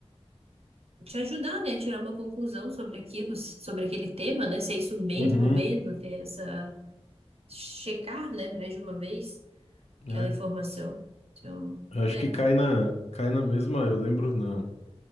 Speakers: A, on the right; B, on the left.
A: te ajudar, né, a tirar uma conclusão sobre aquilo, sobre aquele tema, né, se é isso mesmo,
B: uhum,
A: mesmo, ter essa checar, né, mais de uma vez
B: né?
A: aquela informação. Então,
B: Eu acho
A: é.
B: que cai na, cai na mesma, eu lembro na,